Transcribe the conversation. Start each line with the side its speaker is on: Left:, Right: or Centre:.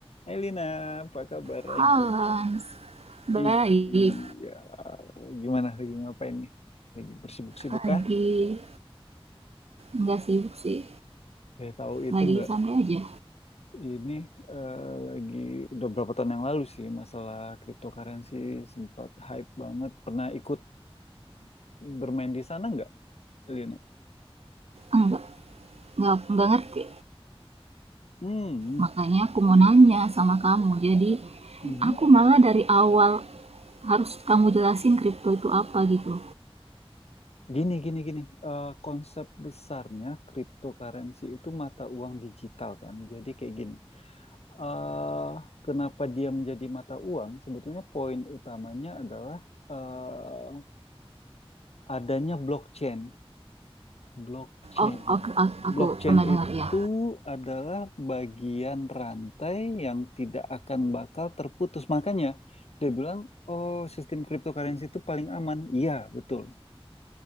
Left: Hai Lina, apa kabar
Right: Halo,
Left: lagi?
Right: Baik.
Left: Iya, gimana lagi ngapain nih? Lagi bersibuk-sibuk
Right: Lagi
Left: kah?
Right: nggak sibuk sih.
Left: Ya tahu itu
Right: Lagi
Left: nggak?
Right: santai aja.
Left: Ini eh, lagi udah berapa tahun yang lalu sih masalah cryptocurrency sempat hype banget. Pernah ikut bermain di sana nggak, Lina?
Right: Enggak, nggak nggak ngerti.
Left: Hmm,
Right: Makanya aku mau nanya sama kamu. Jadi
Left: mhm.
Right: aku malah dari awal harus kamu jelasin kripto itu apa gitu.
Left: Gini, gini, gini. Eh, konsep besarnya cryptocurrency itu mata uang digital kan. Jadi kayak gini. eh, kenapa dia menjadi mata uang, sebetulnya poin utamanya adalah eh, adanya blockchain. Blockchain.
Right: Oh, oke, a- aku
Left: Blockchain
Right: pernah dengar
Left: itu
Right: ya.
Left: adalah bagian rantai yang tidak akan bakal terputus. Makanya dia bilang, oh sistem cryptocurrency itu paling aman. Iya, betul.